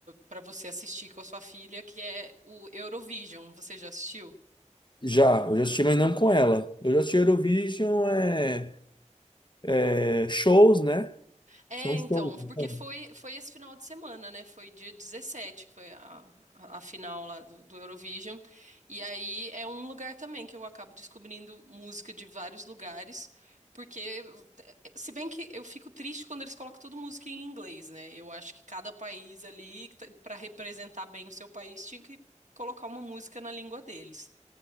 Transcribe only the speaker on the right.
pra você assistir com a sua filha, que é o Eurovision. Você já assistiu?
É,
então,
porque foi, foi esse final de semana, né? Foi dia 17 que foi a, a, a final lá do, do Eurovision. E aí é um lugar também que eu acabo descobrindo música de vários lugares, porque, eh, se bem que eu fico triste quando eles colocam toda música em inglês, né? Eu acho que cada país ali, para representar bem o seu país, tinha que colocar uma música na língua deles.